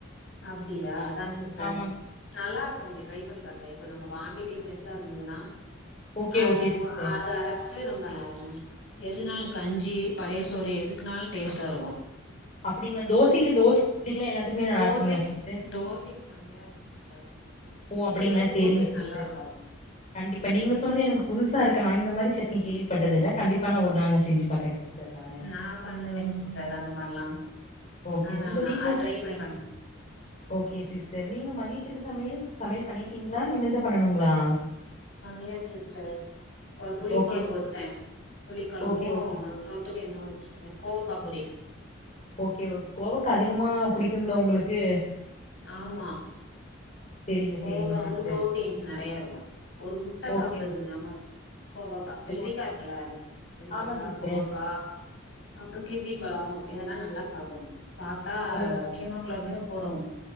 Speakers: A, on the left (about 70°); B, on the left (about 35°).
A: அப்டியா அதா சிஸ்டர்
B: ஆமாங்
A: நல்லா இருக்கு நீங்க ட்ரை பண்ணி பாருங்க இப்ப நம்ம வாமிட்டிங் சென்ஸா இருந்துதுன்னா
B: ஓகே
A: அது
B: ஓகே
A: போ
B: சிஸ்டர்
A: அது அரச்சிட்டு நம்ப எதுனாலு கஞ்சி பழைய சோறு எதுக்குனாலு டேஸ்டா இருக்கு
B: அப்டிங்களா தோசைக்கு தோச இட்லிக்குலா எல்லாத்துக்குமே நல்லா
A: தோசைக்கு
B: இருக்குங்களா சிஸ்டர்
A: தோசைக்கு செம்மையா இருக்கு சிஸ்டர்
B: ஓ
A: இட்லிய
B: அப்டிங்களா
A: விட தோசைக்கு
B: சேரிங்க சிஸ்டர்
A: நல்லா இருக்கு
B: கண்டிப்பா நீங்க சொன்னது எனக்கு புதுசா இருக்கு நா இந்த மாரி சட் கேள்விப்பட்டது இல்ல கண்டிப்பா நா ஒரு நாள் நா செஞ்சு பாக்றே சிஸ்டர் நானு
A: நா பண்ணுவே சிஸ்டர் அந்த மாரிலா
B: ஓகே
A: அதனாலதா
B: உங்க வீட்ல
A: அது ட்ரை பண்ணி பாருங்க
B: ஓகே சிஸ்டர் நீங்க மதியத்துக்கு சமையல் சமையல் பண்ணிட்டீங்களா இனிமேல் தா பண்ணணுங்களா
A: பண்ணியாச்சு சிஸ்டர் ஒரு புளி
B: ஓகே
A: குழம்பு வச்சே புளி குழம்பு
B: ஓகே ஓகே
A: தொட்டுக்கென்னவோ வச்சு கோவக்கா பொரியல்
B: ஓகே ஓகே கோவக்கா அதிகமா புடிக்குங்களோ உங்களுக்கு
A: ஆமா
B: செரிங்க
A: கோவக்கா
B: செரிங்க சிஸ்டர்
A: வந்து புரோட்டீன்ஸ் நெறையா இருக்கு ஒரு முட்ட
B: ஓகே
A: சாப்பிடுறதுக்கு சமோ கோவக்கா வெல்ரிக்கா
B: ஓ
A: இருக்குல வெல்ரிக்கா
B: ஆமா சிஸ்டர்
A: கோவக்கா அப்புறோ கிர்னி பழோ இதெல்லா நல்லா சாப்பிடணு சாப்ட்டா
B: ஓ
A: ஹீமோகுளோபின்னு கூடும்